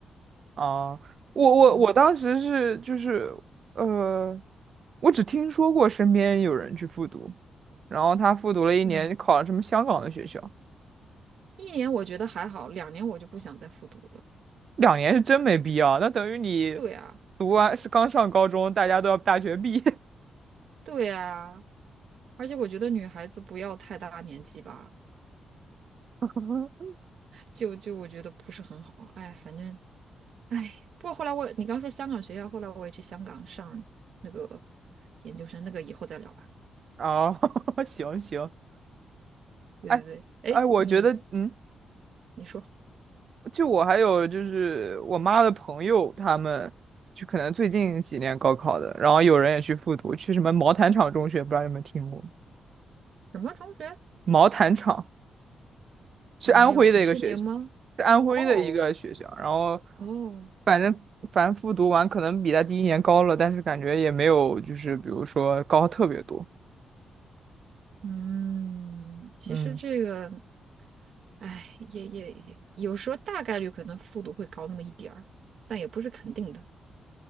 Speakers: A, on the right; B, on the right.
A: 啊，我我我当时是就是呃，
B: 就没有。
A: 我只听说过身边有人去复读，然后他复读了一年，
B: 嗯，
A: 考了什么香港的学校，
B: 一年我觉得还好，两年我就不想再复读了。
A: 两年是真没必要，那等于你
B: 对啊，
A: 读完是刚上高中，大家都要大学毕业
B: 对啊，而且我觉得女孩子不要太大年纪吧，
A: <laughs>
B: 就就我觉得不是很好。哎，反正哎，不过后来我你刚说香港学校，后来我也去香港上那个研究生，那个以后再聊吧。
A: 啊，<laughs> 行行，
B: 对对对，
A: 哎哎，
B: 哎，
A: 我觉得嗯。
B: 你你说
A: 就我还有就是我妈的朋友，他们就可能最近几年高考的，然后有人也去复读，去什么毛坦厂中学，不知道你有没有听过？
B: 什么中学？
A: 毛坦厂是安徽的一个学校，
B: 我没有很出名吗？
A: 是安徽的一个学校，
B: 哦
A: 然后
B: 哦。
A: 反正反正复读完可能比他第一年高了，但是感觉也没有就是比如说高特别多，
B: 嗯，其实这个，
A: 嗯，
B: 哎，也也有时候大概率可能复读会高那么一点儿，但也不是肯定的。